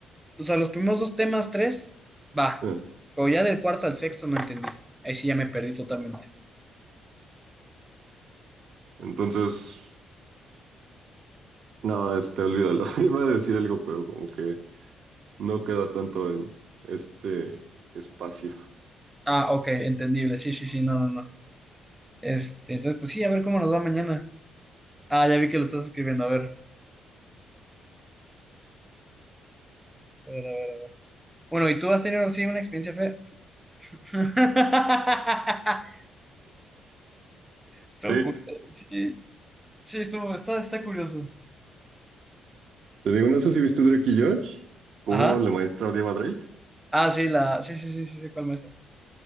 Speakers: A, in the centre; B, on the right.
A: o sea, los primeros dos temas, tres, va.
B: Ah,
A: Pero ya del cuarto al sexto no entendí. Ahí sí ya me perdí totalmente.
B: Entonces, no, este, olvídalo. <laughs> Iba a decir algo, pero como que no queda tanto en este espacio.
A: Ah, ok, entendible. Sí, sí, sí, no, no, no. Este, entonces, pues sí, a ver cómo nos va mañana. Ah, ya vi que lo estás escribiendo. A ver, a ver, a ver. a ver. Bueno, ¿y tú has tenido sí, una experiencia fea? <laughs> Estuvo
B: Sí,
A: cu- Sí, sí, estuvo, está, está curioso.
B: te digo, no sé si viste Drake y Josh, cómo
A: Ajá.
B: la maestra odiaba a Drake.
A: Ah, sí, la, sí, sí, sí, sí, sí, ¿cuál mesa?